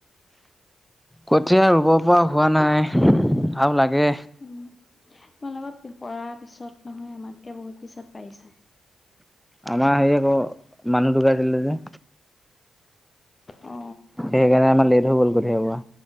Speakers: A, in the centre; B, on the left.
A: কঠীয়া ৰুব পৰা হোৱা নাই আৰু লাগে।
B: উম। তোমালোকৰ পৰা পিছত নহয় আমাতকে বহুত পিছত পাৰিছে।
A: আমাৰ হেৰী আকৌ মানুহ ঢুকাইছিলে যে।
B: অ।
A: সেইকাৰণে আমাৰ লেট হৈ গ'ল কঠিয়া পৰা